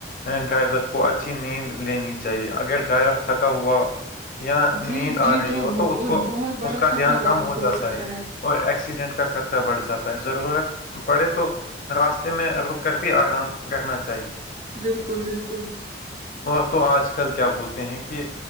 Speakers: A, on the left; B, on the right.
A: اینڈ ڈرائیور کو اچھی نیند لینی چاہیے اگر ڈرائیور تھکا ہوا یا
B: جی
A: نیند
B: جی
A: آ رہی ہو
B: وہ
A: تو
B: کوئی
A: اس کو
B: بہت بڑا
A: اس کا
B: خطرہ
A: دھیان
B: لاحق
A: کم ہو جاتا
B: سکتا
A: ہے اور ایکسیڈنٹ کا خطہ را بڑھ جاتا ہے ضرورت پڑے تو راستے میں رک کر بھی ارام کرنا چاہیے
B: بالکل بالکل
A: اور تو آج کل کیا بولتے ہیں کہ